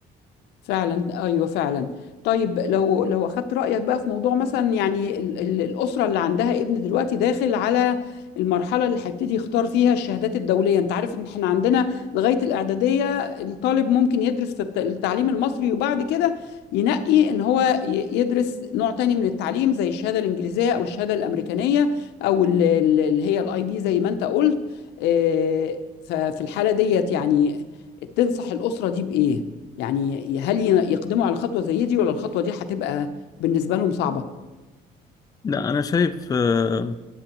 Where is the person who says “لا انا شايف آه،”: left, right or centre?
Left